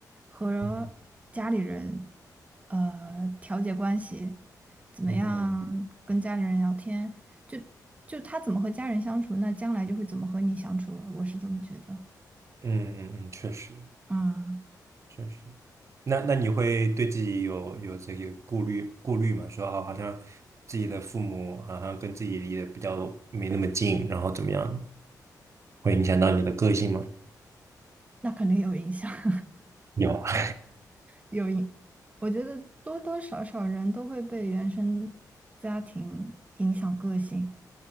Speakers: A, on the right; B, on the right.
A: 和家里人
B: 嗯哼，
A: 呃调节关系，怎么样跟家里人聊天，
B: 嗯哼，
A: 就就他怎么和家人相处，那将来就会怎么和你相处啊我是这么觉得。
B: 嗯嗯嗯，确实。
A: 嗯，
B: 确实。那那你会对自己有有这些顾虑顾虑吗？说啊，好像自己的父母好像跟自己离得比较没那么近，然后怎么样，会影响到你的个性吗？
A: 那肯定有影响，<laughs>
B: 有啊，
A: 有影。我觉得多多少少人都会被原生家庭影响个性，